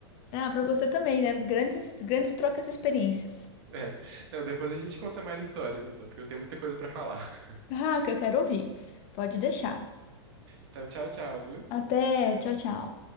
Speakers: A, on the left; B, on the right.
A: ah, para você também, né? Grandes, grandes trocas de experiências.
B: É. Não, depois a gente conta mais histórias, então, porque eu tenho muita coisa pra falar. <laughs>
A: Ah, que eu quero ouvir. Pode deixar.
B: Então, tchau, tchau, viu?
A: Até, tchau, tchau.